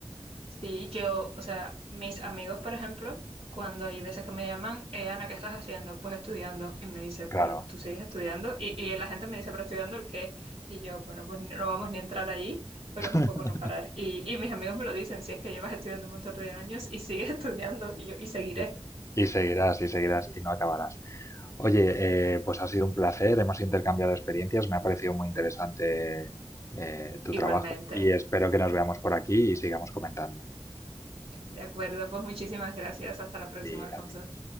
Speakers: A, on the right; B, on the left.
A: Sí, yo, o sea, mis amigos, por ejemplo, cuando hay veces que me llaman, eh, Ana, ¿qué estás haciendo? Pues estudiando. Y me dice, pero
B: claro.
A: tú sigues estudiando. Y, y la gente me dice, pero estudiando el qué. Y yo, bueno, pues no vamos ni a entrar ahí, pero
B: <laughs>
A: es un poco no parar. Y, y mis amigos me lo dicen, si es que llevas estudiando un montón de años y sigues <laughs> estudiando. Y yo, y seguiré
B: Sí, sí. Y seguirás, y seguirás, y no acabarás. Oye, eh, pues ha sido un placer, hemos intercambiado experiencias, me ha parecido muy interesante eh, tu
A: igualmente.
B: trabajo y espero que nos veamos por aquí y sigamos comentando.
A: De acuerdo, pues muchísimas gracias. Hasta la
B: A
A: próxima,
B: ti,
A: Alfonso.
B: adiós.